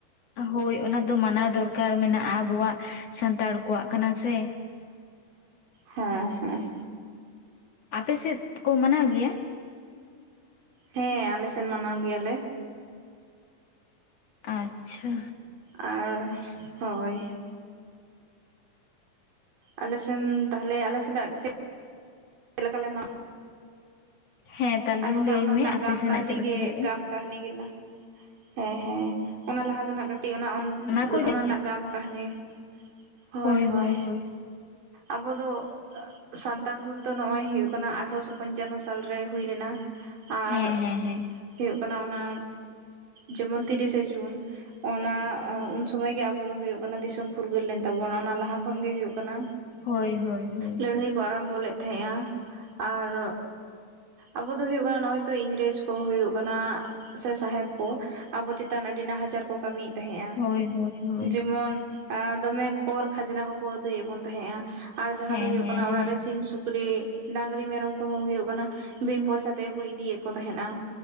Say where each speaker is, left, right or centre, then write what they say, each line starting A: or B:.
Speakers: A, on the left (about 50°); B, on the right (about 65°).
A: ᱦᱳᱭ, ᱚᱱᱟ ᱫᱚ ᱢᱟᱱᱟᱣ ᱫᱚᱨᱠᱟᱨ ᱢᱮᱱᱟᱜᱼᱟ ᱟᱵᱚᱣᱟᱜ ᱥᱟᱱᱛᱟᱲ ᱠᱚᱣᱟᱜ ᱠᱟᱱᱟ ᱥᱮ᱾
B: ᱦᱮᱸ, ᱦᱮᱸ᱾
A: ᱟᱯᱮ ᱥᱮᱫ ᱠᱚ ᱢᱟᱱᱟᱣ ᱜᱮᱭᱟ?
B: ᱦᱮᱸ, ᱟᱞᱮ ᱥᱮᱱ ᱢᱟᱱᱟᱣ ᱜᱮᱭᱟᱞᱮ᱾
A: ᱟᱪᱪᱷᱟ᱾
B: ᱟᱨ, ᱦᱳᱭ᱾ ᱟᱞᱮᱥᱮᱱ, ᱛᱟᱦᱚᱞᱮ ᱟᱞᱮᱥᱮᱫᱟᱜ ᱪᱮ ᱞᱮᱠᱟᱞᱮ ᱢᱟᱜ
A: ᱦᱮᱸ ᱛᱟᱦᱚᱞᱮ
B: ᱟᱨ ᱵᱟᱠᱷᱟᱱ
A: ᱞᱟᱹᱭ
B: ᱚᱱᱟ
A: ᱢᱮ
B: ᱨᱮᱱᱟᱜ
A: ᱟᱯᱮ
B: ᱜᱟᱢ
A: ᱥᱮᱱᱟᱜ
B: ᱠᱟᱹᱦᱱᱤ
A: ᱪᱮᱫ ᱞᱮᱠᱟ
B: ᱜᱮ
A: ᱦᱩᱭᱩᱜᱼᱟ
B: ᱜᱟᱢ ᱠᱟᱹᱦᱱᱤ ᱜᱮ ᱞᱟᱝ ᱦᱮᱸ ᱦᱮᱸ, ᱚᱱᱟ ᱞᱟᱦᱟ ᱫᱚ ᱱᱟᱜ ᱠᱟᱹᱴᱤᱡ ᱚᱱ
A: ᱠᱚ ᱤᱫᱤ
B: ᱚᱱᱟ ᱨᱮᱱᱟᱜ ᱜᱟᱢ ᱠᱟᱦᱤᱱᱤ ᱦᱚᱭ,
A: ᱦᱳᱭ
B: ᱦᱚᱭ᱾
A: ᱦᱳᱭ ᱦᱳᱭ
B: ᱟᱵᱚ ᱫᱚ, ᱥᱟᱱᱛᱟᱲ ᱦᱩᱞ ᱛᱚ ᱱᱚᱜᱚᱭ ᱦᱩᱭᱩᱜ ᱠᱟᱱᱟ ᱟᱴᱷᱨᱚᱥᱚ ᱯᱚᱧᱪᱟᱱᱱᱚ ᱥᱟᱞ ᱨᱮ ᱦᱩᱭ ᱞᱮᱱᱟ ᱟᱨ
A: ᱦᱮᱸ ᱦᱮᱸ ᱦᱮᱸ
B: ᱦᱩᱭᱩᱜ ᱠᱟᱱᱟ ᱚᱱᱟ ᱡᱮᱢᱚᱱ ᱛᱤᱨᱤᱥᱮ ᱡᱩᱱ᱾ ᱚᱱᱟ ᱩᱱ ᱥᱚᱢᱟᱹᱭ ᱜᱮ ᱟᱵᱚ ᱫᱚ ᱦᱩᱭᱩᱜ ᱠᱟᱱᱟ ᱫᱤᱥᱚᱢ ᱯᱷᱩᱨᱜᱟᱹᱞ ᱞᱮᱱ ᱛᱟᱵᱚᱱ ᱚᱱᱟ ᱞᱟᱦᱟ ᱠᱷᱚᱱᱜ ᱜᱮ ᱦᱩᱭᱩᱜᱜ ᱠᱟᱱᱟ
A: ᱦᱳᱭ, ᱦᱳᱭ, ᱦᱳᱭ᱾
B: ᱞᱟᱹᱲᱦᱟᱹᱭ ᱠᱚ ᱟᱨᱟᱢᱵᱚ ᱞᱮᱫ ᱛᱟᱦᱮᱸᱟ ᱟᱨ ᱟᱵᱚ ᱫᱚ ᱦᱩᱭᱩᱜ ᱠᱟᱱᱟ ᱱᱚᱜ ᱚᱭ ᱛᱚ ᱤᱝᱨᱮᱡᱽ ᱠᱚ ᱦᱩᱭᱩᱜ ᱠᱟᱱᱟ ᱥᱮ ᱥᱟᱦᱮᱵᱽ ᱠᱚ ᱟᱵᱚ ᱪᱮᱛᱟᱱ ᱟᱹᱰᱤ ᱱᱟᱦᱟᱪᱟᱨ ᱠᱚ ᱠᱟᱹᱢᱤᱭᱮᱫ ᱛᱟᱦᱮᱸᱼᱟ,
A: ᱦᱳᱭ ᱦᱳᱭ ᱦᱳᱭ
B: ᱡᱮᱢᱚᱱ ᱫᱚᱢᱮ ᱠᱚᱨ ᱠᱷᱟᱡᱽᱱᱟ ᱠᱚᱠᱚ ᱟᱹᱫᱟᱹᱭᱮᱫ ᱵᱚᱱ ᱛᱟᱦᱮᱸᱜᱼᱟ ᱟᱨ ᱡᱟᱦᱟᱸ
A: ᱦᱮᱸ
B: ᱫᱚ ᱦᱩᱭᱩᱜ
A: ᱦᱮᱸ
B: ᱠᱟᱱᱟ ᱚᱲᱟᱜ
A: ᱦᱮᱸ
B: ᱨᱮ ᱥᱤᱢ ᱥᱩᱠ ᱨᱤ ᱰᱟᱝᱨᱤ ᱢᱮᱨᱚᱢ ᱠᱚᱦᱚᱸ ᱦᱩᱭᱩᱜ ᱠᱟᱱᱟ, ᱵᱤᱱ ᱯᱚᱭᱥᱟ ᱛᱮᱜᱮ ᱠᱚ ᱤᱫᱤᱭᱮ ᱠᱚ ᱛᱟᱦᱮᱸᱫᱼᱟ᱾